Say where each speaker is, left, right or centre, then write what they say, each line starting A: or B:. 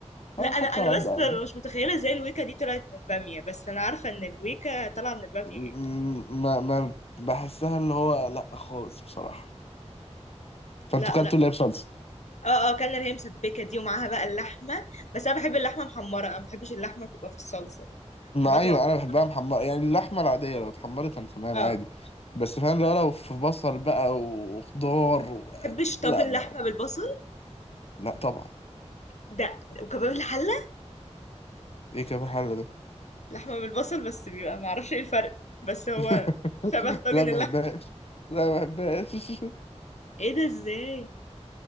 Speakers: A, on the left; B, on the left.
A: لا
B: فاخدته
A: انا انا
B: على قد
A: بس ببقى مش متخيله ازاي الويكا دي طلعت من الباميه بس انا عارفه ان الويكا طالعه من الباميه
B: م-
A: يعني
B: ما ما بحسها اللي هو لا خالص بصراحة
A: لا
B: فانتوا كلتوا اللي هي بصلصة
A: اه اه كان اللي هي مسبكه دي ومعاها بقى اللحمه بس انا بحب اللحمه محمره انا ما بحبش اللحمه تبقى في الصلصه
B: ما
A: بحبها تبقى
B: ايوه
A: محمره
B: انا بحبها
A: في
B: محمرة
A: سمنة.
B: يعني اللحمة العادية لو اتحمرت انا تمام
A: اه
B: عادي بس فاهم لو لو في بصل بقى وخضار و...
A: ما بحبش طاجن
B: لا ما...
A: لحمه بالبصل
B: لا طبعا
A: ده ده- وكباب الحله
B: ايه كيف الحل ده
A: لحمه بالبصل بس بيبقى ما اعرفش ايه الفرق بس هو
B: <laughs>
A: شبه طاجن
B: لا ما بحبهاش
A: اللحمه
B: لا ما بحبهاش <laughs>
A: ايه ده ازاي